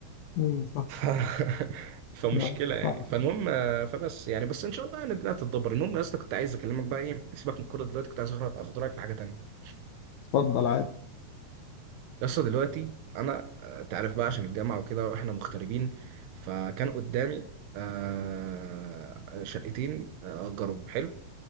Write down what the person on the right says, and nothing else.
ف... <laughs> فمشكله
يعني
فالمهم آه، فبس يعني بس ان شاء الله يعني الدنيا هتتدبر المهم يا اسطى كنت عايز اكلمك بقى ايه سيبك من الكوره دلوقتي كنت عايز أخد- اخد رايك في حاجه تانيه
يا اسطى دلوقتي انا آه، تعرف بقى عشان الجامعه وكده واحنا مغتربين فكان قدامي آه، شقتين آه، اجرهم حلو